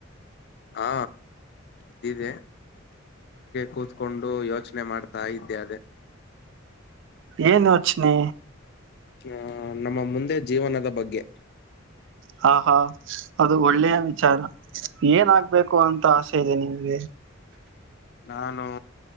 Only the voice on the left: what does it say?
ಹಾ ಇದ್ದ ಕೂತ್ಕೊಂಡು ಯೋಚನೆ ಮಾಡ್ತಾ ಇದ್ದೆ ಅದೇ
ಹ ನಮ್ಮ ಮುಂದೆ ಜೀವನದ ಬಗ್ಗೆ
ನಾನು